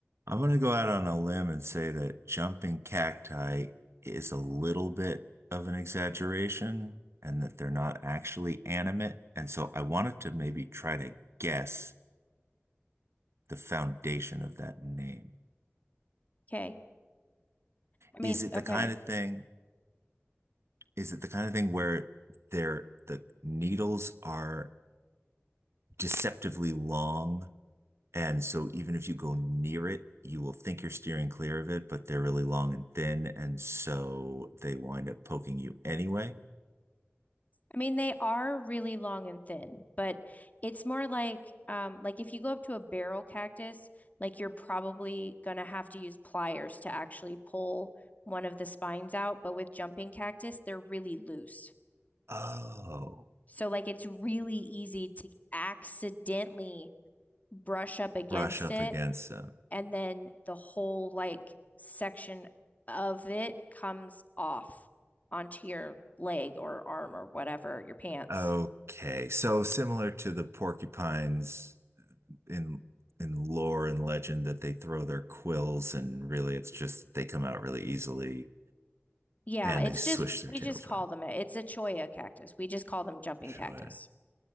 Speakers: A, on the right; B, on the left.
A: I'm gonna go out on a limb and say that jumping cacti is a little bit of an exaggeration and that they're not actually animate. And so I wanted to maybe try to guess the foundation of that name.
B: Okay. I mean,
A: Is it the
B: okay.
A: kind of thing, is it the kind of thing where they're, the needles are deceptively long And so even if you go near it, you will think you're steering clear of it, but they're really long and thin, and so they wind up poking you anyway.
B: I mean, they are really long and thin, but it's more like um like if you go up to a barrel cactus, like you're probably gonna have to use pliers to actually pull one of the spines out, but with jumping cactus, they're really loose.
A: Oh,
B: So like it's really easy to accidentally brush up against
A: brush up
B: it
A: against them.
B: and then the whole like section of it comes off onto your leg or arm or whatever, your pants.
A: Okay, so similar to the porcupines in in lore and legend that they throw their quills and really it's just they come out really easily
B: Yeah,
A: and
B: it's
A: they swish
B: just
A: their
B: we
A: tails
B: just call
A: around.
B: them it's a cholla cactus. We just call them jumping
A: Sure.
B: cactus.